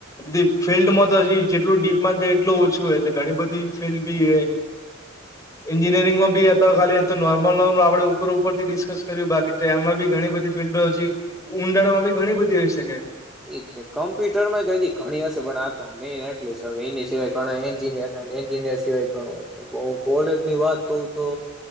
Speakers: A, on the left; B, in the centre.
A: બી ફિલ્ડમાં તો હજી જેટલું ડીપમાં છે એટલું ઓછું હો ઘણી બધી ફિલ્ડ બી એ એન્જિનિયરિંગમાં બી હતા ખાલી નોર્મલ નોર્મ આપડે ઉપર ઉપર થી ડિસ્કસ કર્યું બાકી એમાં બી ઘણી બધી ફિલ્ડો હજી ઉઊંડાણમાં બી ઘણી બધી આવીઈ શકે
B: એ કમ્પ્યુટર માં જ હજી ઘણી હશે પણ આ તો મેઈન એટલે છે હવે એની સિવાય ઘણા એન્જિનિયર એન્જિનિયર સિવાય ગણોય હું કોલેજ ની વાત કું તો